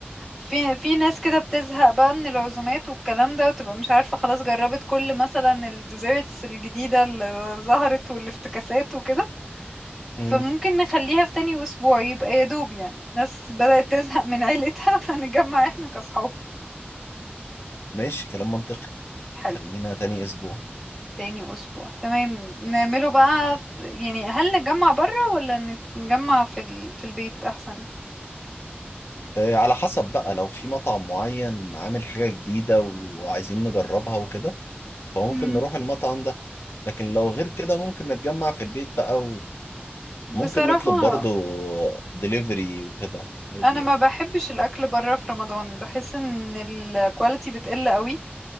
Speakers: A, in the centre; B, on the left.
A: في في ناس كده بتزهق بقى من العزومات والكلام ده وتبقى مش عارفة خلاص جربت كل مثلا الديزيرتس الجديدة اللي ظهرت والافتكاسات وكده فممكن
B: مم.
A: نخليها في تاني أسبوع يبقى يا دوب يعني الناس بدأت تزهق من عيلتها <laughs> فنتجمع احنا كأصحاب
B: ماشي كلام منطقي
A: حلو
B: خلينا تاني أسبوع
A: تاني أسبوع تمام نعمله بقى في يعني هل نتجمع برا ولا نتجمع في ال... في البيت أحسن؟
B: آه، على حسب بقى لو في مطعم معين عامل حاجة جديدة وعايزين نجربها وكده فممكن
A: مم.
B: نروح المطعم ده لكن لو غير كده ممكن نتجمع في البيت بقى
A: بصراحة
B: وممكن نطلب برضو دليفري وكده عادي
A: أنا
B: يعني
A: ما بحبش الأكل برا في رمضان بحس إن الكواليتي بتقل قوي